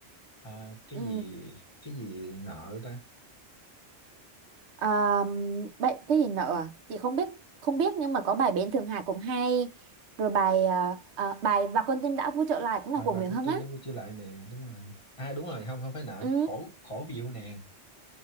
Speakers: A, on the left (about 25°); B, on the right (about 65°).
A: à, cái
B: Ừ.
A: gì cái gì nợ ta
B: À, bài, cái gì nữa à? Chị không biết không biết nhưng mà có bài Bến Thượng Hải cũng hay. Rồi bài à, à, bài Và con tim đã vui trở lại cũng
A: à,
B: là của
A: và
B: Nguyễn
A: cô
B: Hân
A: tim
B: á.
A: đã vui trở lại nè đúng rồi à đúng rồi không không phải nợ
B: Ừ.
A: khổ khổ vì yêu nàng